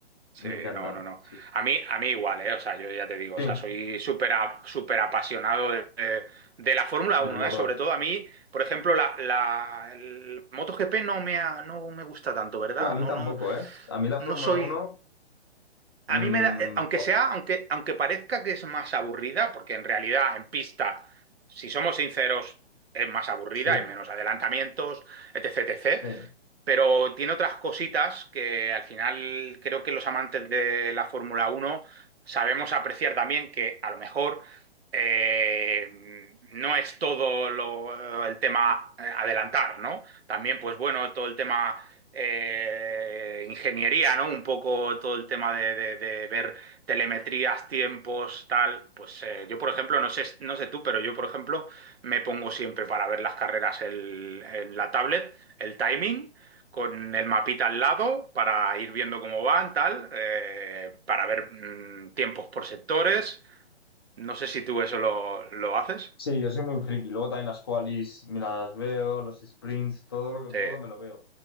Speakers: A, on the right; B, on the left.
A: Sí,
B: me encantan.
A: no, no, no.
B: Sí, sí,
A: A mí, a mí igual, ¿eh? O sea, yo ya te digo,
B: Sí,
A: o sea, soy súper a- súper apasionado de, de- de la Fórmula
B: del
A: Uno,
B: motor.
A: ¿eh? Sobre todo a mí, por ejemplo, la, la el MotoGP no me, ha- no me gusta tanto, ¿verdad?
B: No, a mí
A: No,
B: tampoco,
A: no,
B: ¿eh? A mí la
A: no
B: Fórmula
A: soy...
B: uno mm,
A: A mí me da, eh, aunque
B: buah,
A: sea, aunque, aunque parezca que es más aburrida, porque en realidad en pista, si somos sinceros, es más aburrida,
B: sí,
A: hay menos adelantamientos, etc, etc
B: sí.
A: pero tiene otras cositas que al final creo que los amantes de la Fórmula Uno sabemos apreciar también que a lo mejor eh, no es todo lo- el tema eh, adelantar, ¿no? También, pues bueno, todo el tema eh, ingeniería, ¿no? Un poco todo el tema de, de- de ver telemetrías, tiempos, tal. Pues eh, yo, por ejemplo, no sé, no sé tú, pero yo, por ejemplo, me pongo siempre para ver las carreras el- en la tablet, el timing con el mapita al lado para ir viendo cómo van, tal, eh, para ver mm, tiempos por sectores. No sé si tú eso lo, lo haces.
B: Sí, yo soy muy friki. Luego también las qualis me las veo, los sprints, todo lo que
A: Sí.
B: puedo me lo veo.